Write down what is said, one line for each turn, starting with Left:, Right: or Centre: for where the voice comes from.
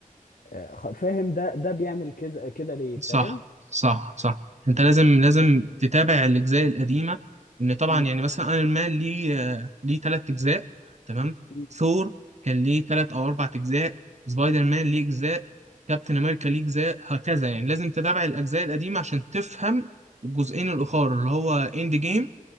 Left: آه، خ- فاهم ده ده بيعمل كذا كده ليه فاهم
Right: صح صح صح انت لازم لازم تتابع الاجزاء القديمه ان طبعا
Left: مم.
Right: يعني مثلا ايرون مان ليه آه، ليه ثلاث اجزاء تمام
Left: مم.
Right: ثور كان ليه ثلاث او اربع اجزاء سبايدر مان ليه اجزاء كابتن امريكا ليه اجزاء هكذا يعني لازم تتابع الاجزاء القديمه عشان تفهم الجزئين الاخر اللي هو اند جيم